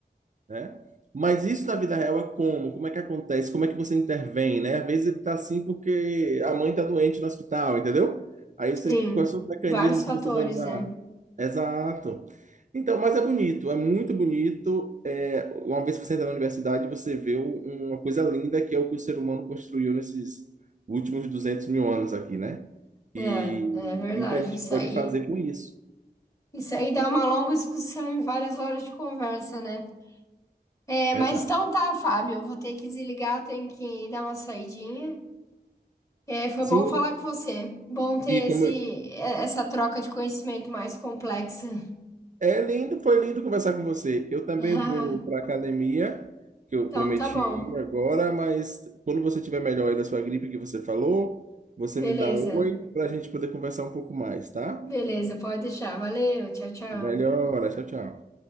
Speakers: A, on the right; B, on the left.
A: né? Mas isso na vida real é como? Como é que acontece? Como é que você intervém, né? Às vezes ele tá assim porque a mãe tá doente no hospital, entendeu? Aí você,
B: Sim,
A: quais são os mecanismos
B: vários fatores,
A: que você vai usar?
B: né?
A: Exato. Então, mas é bonito, é muito bonito. É, uma vez que você entra na universidade, você vê um- uma coisa linda que é o que o ser humano construiu nesses últimos 200 mil anos aqui, né? E,
B: É, é verdade,
A: e o que a gente
B: isso
A: pode
B: aí,
A: fazer com isso.
B: isso aí dá uma longa discussão e várias horas de conversa, né? É,
A: Exato.
B: mas então tá, Fábio, eu vou ter que desligar, eu tenho que dar uma saidinha. É, foi
A: Sim,
B: bom falar com você. Bom ter
A: e
B: esse,
A: como,
B: é, essa troca de conhecimento mais complexa. <laughs>
A: É lindo, foi lindo conversar com você. Eu também
B: Ah,
A: vou para academia, que eu
B: então
A: prometi
B: tá bom.
A: ir agora, mas quando você tiver melhor aí da sua gripe que você falou, você
B: Beleza.
A: me dá um oi para a gente poder conversar um pouco mais, tá?
B: Beleza, pode deixar. Valeu, tchau, tchau.
A: Melhora, tchau, tchau.